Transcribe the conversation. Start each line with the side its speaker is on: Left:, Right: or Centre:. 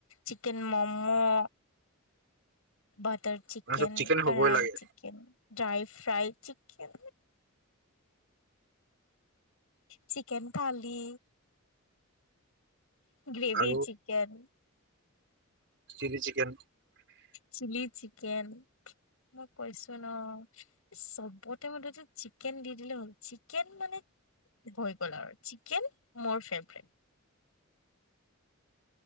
Left: chicken momo, butter চিকেন
Right: তাৰপিছত
Left: কাঢ়াই,
Right: হ'বই লাগে
Left: chicken dry fry chicken chicken thali. Gravy
Right: আৰু
Left: chicken.
Right: Chilli chicken.
Left: Chilli chicken, মই কৈছো ন'। চবতে মোথতে চিকেন দি দিলে হল, চিকেন মানে ভয় কৰা, <unintelligible> চিকেন মোৰ ফেভৰেট।